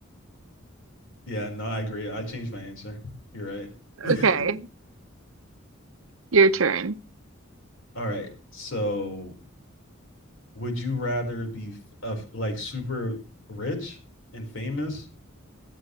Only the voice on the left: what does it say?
Yeah, no, I agree. I changed my answer. You're right.
<laughs>
All right. So, would you rather be f- uh, like super rich and famous